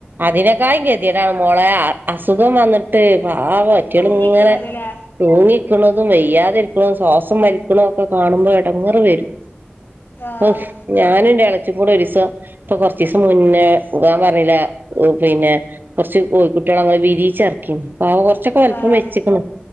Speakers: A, on the right; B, on the left.
A: അതിനേക്കായിം കേതിയെടാ മോളെ അസുഖം വന്നിട്ട് പാവം ആയിട്ടങ്ങള്
B: തൂങ്ങിക്കണത്
A: ഇങ്ങനെ-
B: ല്ലേ
A: തൂങ്ങിക്കുന്നതും വെയ്യാതിരിക്കുന്നതും ശ്വാസം വലിക്കണതൊ ഒക്കെ കാണുമ്പോ എടങ്ങേറ് വരും.
B: ആഹ്
A: ഔഫ് ഞാനും ന്റെ ഇളച്ചിം കൂടെ ഒരീസം- പ്പോ കുറച്ചീസം മുന്നേ ഞാൻ പറഞ്ഞീലെ- ഓ പിന്നെ കൊറച്ചു കോയി കുട്ട്യാളെ വിരിച്ചറക്കീനിം. ഔവ് കൊറച്ചൊക്കെ വലിപ്പം
B: ആഹ്
A: വെച്ചക്കന്.